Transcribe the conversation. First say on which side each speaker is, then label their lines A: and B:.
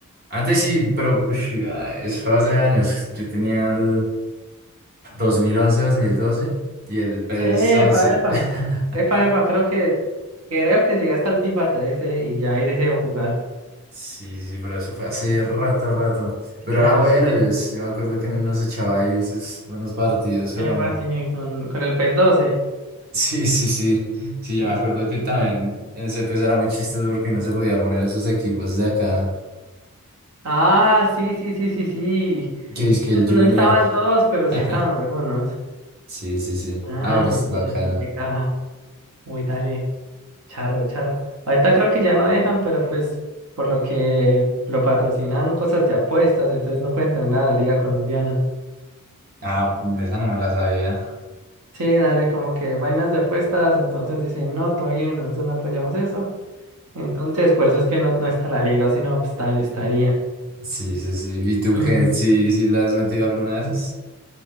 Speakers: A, on the right; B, on the right.
A: Antes sí, pero ush, ah, eso fue hace años. Yo tenía el dos dos mil once dos mil doce y el PS
B: Epa,
A: 11
B: epa.
A: <laughs>
B: Epa, epa, creo que, creo que llegué hasta el FIFA trece y ya ahí dejé de jugar.
A: Sí, sí, pero eso fue hace rato, rato. Pero
B: Claro,
A: era bueno,
B: sí, sí.
A: yo, yo me acuerdo que uno se echaba ahí sus buenos partidos, pero...
B: Epa, sí, con, con el PES doce.
A: Sí, sí, sí. Sí,
B: Uy,
A: yo me acuerdo
B: sí.
A: que también en ese pez era muy chistoso porque no se podía poner esos equipos de acá.
B: Ah, sí, sí, sí, sí, sí.
A: Que es que
B: Pues
A: el Junior.
B: No estaban todos, pero
A: <laughs>
B: sí estaban algunos.
A: Sí, sí, sí.
B: Ah,
A: Ah, pero es
B: mentira,
A: bacana.
B: sí, qué caja. Uy, dale. Charro, charro. Ahorita creo que ya no dejan, pero pues por lo que lo patrocinan cosas de apuestas, entonces no pueden tener nada de la Liga Colombiana.
A: Ah, esa no me la sabía.
B: Sí, dale, como que vainas de apuestas, entonces dicen, no, todo bien, nosotros no apoyamos eso. Entonces, por eso es que no, no está la liga, sino pues tal estaría.
A: Sí, sí, sí. ¿Y tú
B: Mm.
A: qué? ¿Sí, sí le has metido alguna de esas?